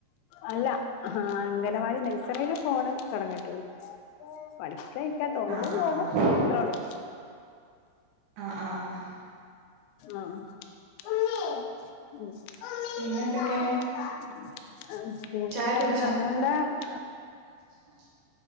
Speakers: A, on the left; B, on the right.
A: അല്ല ആഹ് അംഗനവാടി നഴ്സറില് പോണ് തുടങ്ങിട്ടുള്ളൂ പഠിക്കാനിരിക്കാ തോന്നുമ്പോ
B: ആഹ് ആഹ്
A: പോകും
B: ആഹ്
A: അത്രേള്ളൂ.
B: ആഹ് ആഹ് ആഹ്.
A: ആഹ് ഉമ്മിയേ ഉം <unintelligible>
B: പിന്നെ എന്തൊക്കെ ചായ കുടിച്ചോ <inaudible>